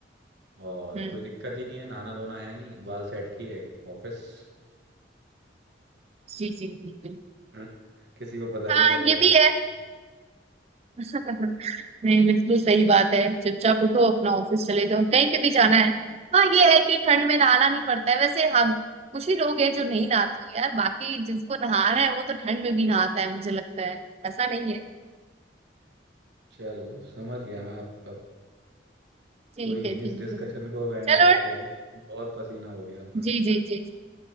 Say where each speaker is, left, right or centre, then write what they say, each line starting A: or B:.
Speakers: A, on the right; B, on the right.
A: और
B: हम्म
A: कोई दिक्कत ही नहीं है नहाना धोना है नहीं बाल सेट किए ऑफिस
B: जी जी बिल्कुल
A: हम्म, किसी को पता ही
B: हाँ
A: नहीं चलेगा
B: ये भी है नहीं बिल्कुल सही बात है चुपचाप उठो अपना ऑफिस चले जाओ कहीं पे भी जाना है हाँ ये है कि ठंड में नहाना नहीं पड़ता है वैसे हम कुछ ही लोग हैं जो नहीं नहाते यार बाकी जिसको नहाना है वो तो ठंड में भी नहाता है मुझे लगता है ऐसा नहीं है
A: चलो समझ गया मैं आपका
B: ठीक
A: कोई नहीं
B: है
A: इस
B: ठीक
A: डिस्कशन
B: है
A: को अब एंड
B: चलो
A: करते हैं बहुत पसीना हो गया अब
B: जी जी जी